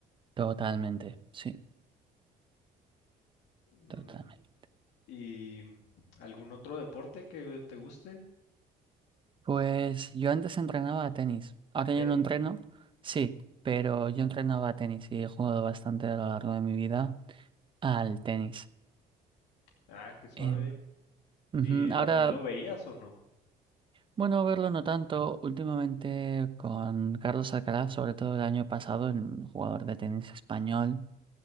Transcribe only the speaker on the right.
totalmente, sí,
totalmente.
Pues yo antes entrenaba a tenis. Ahora
yo no entreno, sí, pero yo entrenaba a tenis y he jugado bastante a lo largo de mi vida al tenis.
Em, ujú,
Ahora,
bueno, verlo no tanto. Últimamente con Carlos Alcaraz, sobre todo el año pasado, un jugador de tenis español